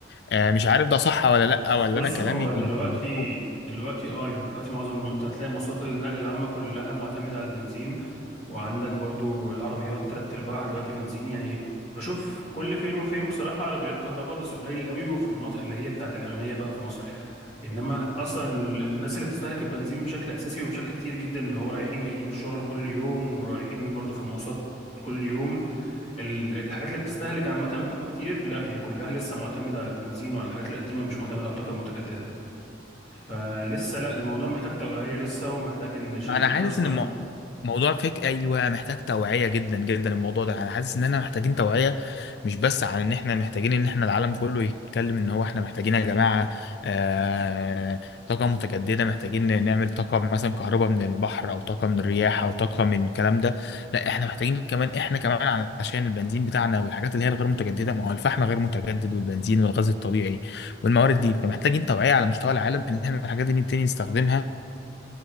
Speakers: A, on the left; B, on the left.
A: آه، مش عارف ده صح ولا لأ ولا
B: بص
A: أنا كلامي
B: هو دلوقتي
A: مظبوط
B: دلوقتي اه يعني دلوقتي معظم الم- انت هتلاقي مواصلات النقل العامة كلها معتمدة على البنزين وعندك برضو العربيات تلات ارباعها دلوقتي بنزين يعني بشوف كل فين وفين بصراحة عربيات كهرباء بس قليل قوي وفي المناطق اللي هي بتاعت الأغنياء بقى في مصر انما اصلا ال- الناس اللي بتستهلك البنزين بشكل اساسي وبشكل كتير جدا اللي هو رايحين جايين الشغل كل يوم ورايحين برضو في المواصلات كل يوم ال- الحاجات اللي بتستهلك عامة الطاقة كتير لا هي كلها لسه معتمدة على البنزين وعلى الحاجات القديمة مش معتمدة على الطاقة المتجددة فلسه لا الموضوع محتاج توعية لسه ومحتاج ان الشركات
A: انا حاسس
B: اصلا
A: ان المو- موضوع فيك ايوه محتاج توعيه جدا جدا الموضوع ده انا حاسس ان احنا محتاجين توعيه مش بس على ان احنا محتاجين ان احنا العالم كله يتكلم ان هو احنا محتاجين يا جماعه آه طاقه متجدده محتاجين نعمل طاقه مثلا كهرباء من البحر او طاقه من الرياح او طاقه من الكلام ده لا احنا محتاجين كمان احنا كمان عشان البنزين بتاعنا والحاجات اللي هي الغير متجدده ما هو الفحم غير متجدد والبنزين والغاز الطبيعي والموارد دي فمحتاجين توعيه على مستوى العالم ان احنا الحاجات دي نبتدي نستخدمها